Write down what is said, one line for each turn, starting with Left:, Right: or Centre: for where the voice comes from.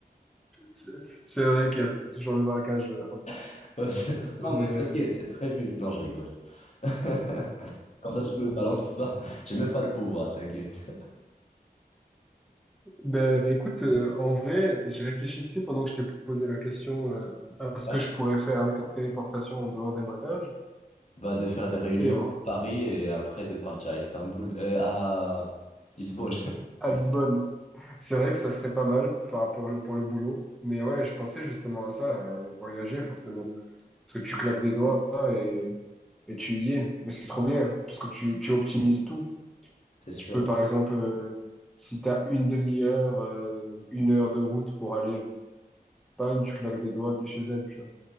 Centre: c'est c'est vrai qu'il y a toujours le braquage. euh,
Left: <laughs> Ouais, c'est-
Centre: <laughs>
Left: non, mais t'inquiète, c'est prévu. Non, je rigole. <laughs> Comme ça, tu me balances pas. J'ai même pas le pouvoir, t'inquiète.
Centre: Ben, écoute, euh, en vrai, je réfléchissais pendant que je t'ai posé la question euh, à ce
Left: Ouais.
Centre: que je pourrais faire avec la téléportation en dehors des braquages.
Left: Bah, de faire des réunions
Centre: Et en-
Left: à Paris et après de partir à Istanbul, euh, à Lisbonne,
Centre: à Lisbonne, C'est vrai que ça serait pas mal par rapport le, pour le boulot. Mais ouais, je pensais justement à ça, à voyager forcément. Parce que tu claques des doigts et, et tu y es. Mais c'est trop bien, parce que tu, tu optimises tout.
Left: <laughs> c'est sûr.
Centre: Tu peux par exemple, euh, si tu as une demi-heure, euh, une heure de route pour aller en Espagne, tu claques des doigts, t'es chez elle, tu vois.